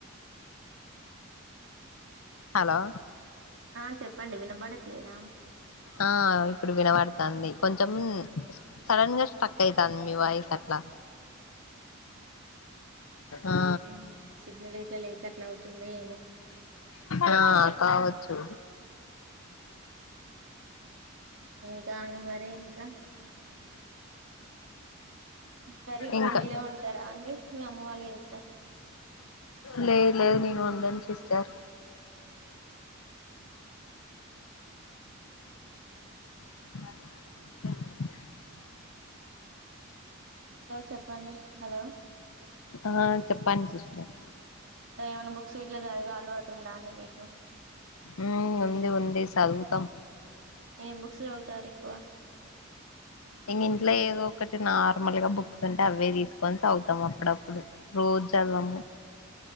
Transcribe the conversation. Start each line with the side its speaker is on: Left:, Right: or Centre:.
Right: రికార్డింగ్
Left: హలో
Right: ఆ చెప్పండి వినబడట్లేదా
Left: ఆ ఇప్పుడు వినబడతంది కొంచెం సడన్గా స్ట్రక్ అయితందీ మీ వాయిస్ అట్లా ఆ
Right: ఎన్ సిగ్నల్ ఇట్లా లేకా అట్లా అవుతుందో ఏమో
Left: ఆ కావోచ్చు
Right: ఇంకా అండి మరి ఇంకా కరీగిట్లా
Left: ఇంకా
Right: మీరే ఒండుతారా అండి మీ అమ్మ వాళ్ళు చేస్తారా
Left: లేదు లేదు నేన్ ఓన్ డన్ సిస్టర్ మరి
Right: హలో చెప్పండి హలో
Left: ఆ చెప్పండి సిస్టర్
Right: ఏమైన్నా బుక్స్ గిట్లా చదివే అలవాటు ఉందా అండి మీకు
Left: ఉ ఉంది ఉంది సదువుతాం
Right: ఏం బుక్స్ చదువుతారు ఎక్కువ
Left: ఇంగ ఇంట్ల ఏదో ఒకటి నార్మల్ గా బుక్స్ ఉంటే అవే తీసుకొని చదువుతాం అప్పుడప్పుడు రోజు చదవము